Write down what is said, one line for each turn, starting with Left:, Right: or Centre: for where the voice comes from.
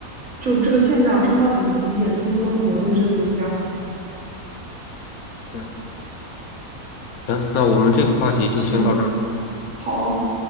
Right: 就这个现象真的很明显，这是跟国内最不一样的。
Left: 对，行，那我们这个话题就先到这儿。
Right: 行，好，